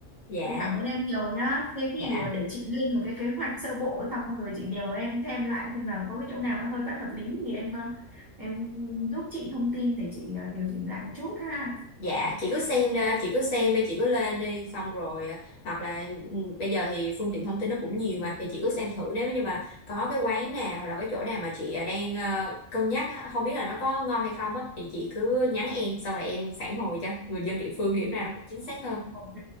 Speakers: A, on the left; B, on the right.
A: dạ
B: chị cảm ơn em nhiều nhá thế thì
A: dạ
B: ờ, để chị lên một cái kế hoạch sơ bộ xong rồi chị nhờ em thêm lại xem là có cái chỗ nào nó hơi bất hợp lý thì em ờ, em giúp chị thông tin để chị ờ, điều chỉnh lại một chút ha
A: Dạ, chị cứ xem đi, chị cứ xem đi, chị cứ lên đi, xong rồi à, hoặc là ừ, bây giờ thì phương tiện thông tin nó cũng nhiều mà, thì chị cứ xem thử nếu như mà có cái quán nào hoặc là cái chỗ nào mà chị à, đang ờ, cân nhắc á, không biết là nó có ngon hay không á, thì chị cứ nhắn em, xong rồi em phản hồi cho người dân địa phương thì lúc nào nó cũng chính xác hơn.
B: Ok.